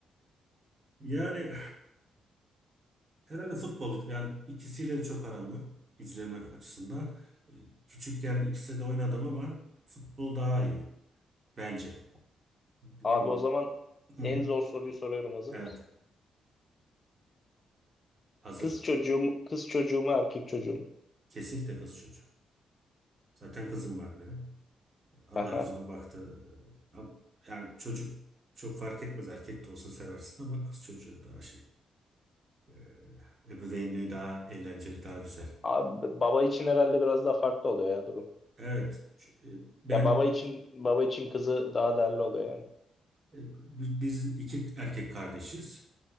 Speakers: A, on the right (about 40°); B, on the left (about 40°).
A: Yani herhalde futbol yani ikisiyle de çok aram yok izlemek açısından. Ee, Küçükken ikisi de oynadım ama futbol daha iyi bence. Dediğim
B: Abi o
A: gibi.
B: zaman
A: <laughs>
B: en zor soruyu soruyorum hazır
A: Evet
B: mısın?
A: hazırım.
B: Kız çocuğu mu, kız çocuğu mu erkek çocuğu mu?
A: Kesinlikle kız çocuğu. Zaten kızım var benim. Allah
B: Aha.
A: yüzüme baktı. Ee, am- Yani çocuk çok fark etmez. Erkek de olsa seversin ama kız çocuğu daha şey. e, Ebeveynliği daha eğlenceli, daha güzel.
B: Abi baba için herhalde biraz daha farklı oluyor ya durum.
A: Evet. e, Ben
B: Ya baba için baba için kızı daha değerli oluyor yani.
A: e, bi- biz iki erkek kardeşiz.